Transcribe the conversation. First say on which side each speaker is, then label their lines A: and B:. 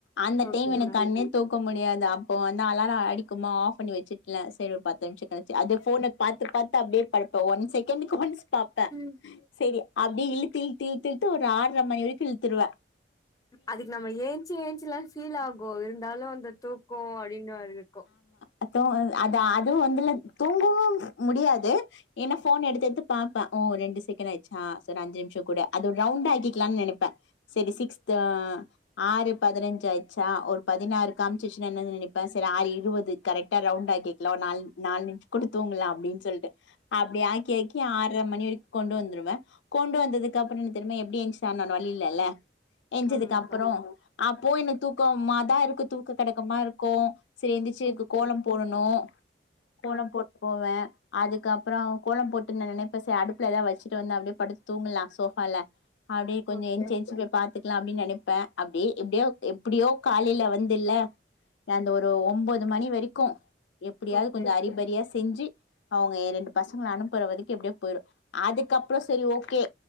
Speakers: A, on the left; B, on the left.
A: அந்த
B: ஓகேக்கா
A: டைம் எனக் கண்ணு தூக்க முடியாது அப்போ வந்து அலார அடிக்குமா ஆஃப் பண்ணி வச்சிட்ல சரி ஒரு பத்து நிமிஷ கழச்சு அது ஃபோன பாத்து பாத்து அப்டியே படிப்ப ஒன் செகண்டுக்கு ஒன்ஸ் பாப்ப
B: ம்
A: செரி அப்டி இழுத்து இழுத்து இழுத்து இழுத்து ஒரு ஆற்ர மணி வரைக்கு இழுத்துருவ
B: அதுக்கு நம்ம ஏன்ச்சி ஏன்ச்சிலா ஃபீல் ஆகு இருந்தாலு அந்த தூக்கோ அப்டினு வேரருக்கு
A: அத்து அத அதுவு வந்துல தூங்கவு முடியாது ஏனா ஃபோன் எடுத்து எடுத்து பாப்ப ஓ ரெண்டு செகண்ட் ஆயிட்ச்சா சரி அஞ்சு நிமிஷ கூடு அது ஒரு ரவுண்டா ஆக்கிக்லான் நெனப்ப சரி சிக்ஸ்த ஆறு பதினஞ் ஆய்ச்சா ஒரு பதினாறு காம்ச்சிச்சுன்னா என்ன நெனப்ப சரி ஆறு இருவது கரெக்டா ரவுண்டாக்க்லா நாலு நாலு நிமிஷோ குட தூங்லா அப்டின் சொல்ட்டு அப்டி ஆக்கி ஆக்கி ஆற்ர மணி வரைக் கொண்டு வந்துருவ கொண்டு வந்ததுக்கப்றோ திரும்ப எப்டி ஏன்ச்சி ஆணு வேற வழி இல்லல்ல ஏனச்சதுக்கப்றோ
B: ஆமாக்கா
A: அப்போவு இன்னு தூக்கோமாதா இருக்கு தூக்க கடக்கமா இருக்கு சரி எந்திச்சி
B: ஓகே
A: க்கு கோலோ போடனோ கோலோ
B: ஆ
A: போட்டு போவ அதுக்கப்றோ கோலோ போட்டு நா நெனப்ப ச அடுப்புல ஏதா வெச்சுட்டு வந்து அப்டியே படுத்து தூங்கலா சோஃபால அப்டியே கொஞ்சோ
B: ஓகே
A: ஏன்ச்சி ஏன்ச்சி போய் பாத்துக்கலா அப்டின் அப்டி எப்டியோ எப்பிடியோ காலைல வந் இல்ல அந்த ஒரு ஒம்போது மணி வரிக்கு எப்டியாது
B: ஓகே
A: கொஞ்ச அரிபரியா செ செஞ்சி அவுங்க ஏ ரெண்டு பசங்கள அனுப்புற வரைக்கு எப்டியோ போயிடு அதுக்கப்றோ சரி ஓகே